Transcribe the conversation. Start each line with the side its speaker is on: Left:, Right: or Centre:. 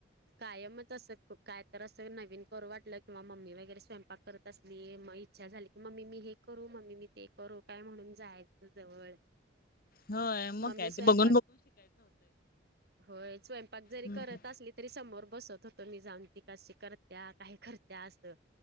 Right: कायमच असं काय तर असं नवीन करू वाटलं किंवा मम्मी वगैरे स्वयंपाक करत असली माई इच्छा झाली की मम्मी मी हे करू मम्मी मी ते करू काय म्हणून जायचं जवळ
Left: हो मग
Right: मम्मी
Left: काय
Right: स्वयंपाक
Left: ते बघू
Right: होय स्वयंपाक जरी
Left: हम्म
Right: करत असलीत तरी समोर बसत होतो मी जाऊन ती कशी करत्या काय करत्या असं.